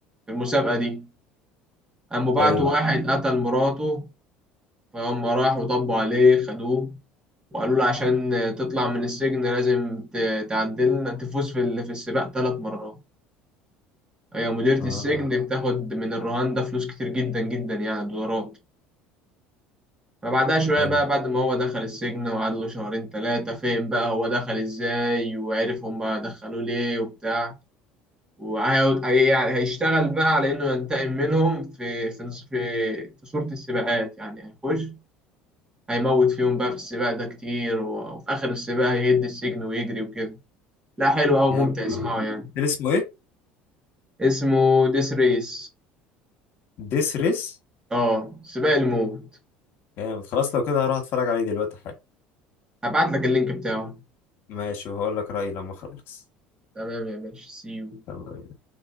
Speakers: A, on the right; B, on the left.
A: في المسابقة دي قاموا بعتوا
B: ايوه
A: واحد قتل مراته فهم راحوا طبوا عليه خدوه وقالوا له عشان تطلع من السجن لازم ت- تعدلنا تفوز في ال- في السباق ثلاث مرات هي مديرة
B: اه
A: السجن بتاخد من الرهان ده فلوس كتير جدا جدا يعني دولارات فبعدها شوية
B: حلو
A: بقى بعد ما هو دخل السجن وقعد له شهرين تلاتة فين بقى هو دخل ازاي وعرف هما دخلوه ليه وبتاع وهيقعد هي- يعني هيشتغل بقى على إنه ينتقم منهم في في نص- في في صورة السباقات يعني هيخش هيموت فيهم بقى في السباق ده كتير و- وفي آخر السباق هيهد السجن ويجري وكده لا حلو أوي ممتع
B: جامد
A: اسمعه يعني
B: كان اسمه ايه؟
A: اسمه ديس ريس
B: ديس ريس
A: اه سباق الموت
B: جامد خلاص لو كده هروح اتفرج عليه دلوقتي حالا
A: هبعت لك اللينك بتاعه
B: ماشي وهقول لك رأيي لما اخلص
A: تمام يا باشا سيو
B: يلا